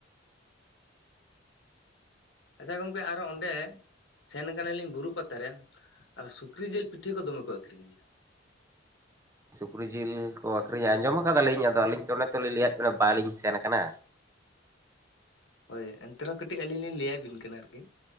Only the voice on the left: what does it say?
ᱟᱪᱷᱟ ᱜᱚᱝᱠᱮ ᱟᱨᱚ ᱚᱸᱰᱮ ᱥᱮᱱ ᱟᱠᱟᱱᱟᱞᱤᱧ ᱵᱩᱨᱩ ᱯᱟᱛᱟ ᱨᱮᱼᱼ ᱟᱨ ᱥᱩᱠᱨᱤ ᱡᱤᱞ ᱯᱤᱴᱷᱟᱹ ᱠᱚ ᱫᱚᱢᱮ ᱠᱚ ᱟᱠᱷᱨᱤᱧ ᱜᱮᱭᱟ ᱾
ᱦᱳᱭ ᱮᱱᱛᱮ ᱨᱮᱦᱚᱸ ᱠᱟᱹᱴᱤᱡ ᱟᱹᱞᱤᱧ ᱞᱤᱧ ᱞᱟᱹᱭᱟᱵᱤᱱ ᱠᱟᱱᱟ ᱟᱨᱠᱤ,